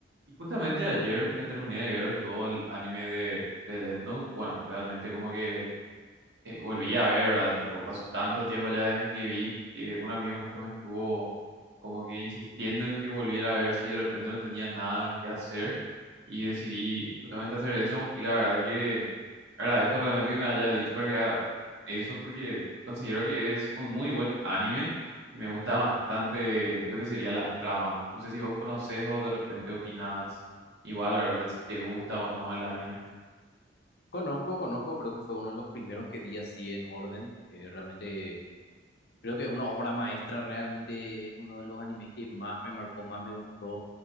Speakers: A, on the right; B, on the left.
A: Y justamente ayer me terminé de ver todo el anime de, de Death Note. Bueno, realmente como que eh, volví a ver, ¿verdad? Tipo, pasó tanto tiempo ya desde que vi que un amigo justo me estuvo como que insistiendo en que volviera a ver si de repente no tenía nada que hacer y decidí justamente hacer eso. Y la verdad que Agradezco realmente que me haya dicho para que haga eso porque considero que es un muy buen anime y me gusta bastante lo que sería la trama. No sé si vos conocés o de repente opinas igual, ¿verdad? De si te gusta o no el anime.
B: Conozco, conozco, creo que fue uno de los primeros que vi así en orden. eh, realmente creo que es una obra maestra, realmente es uno de los animes que más me marcó, más me gustó.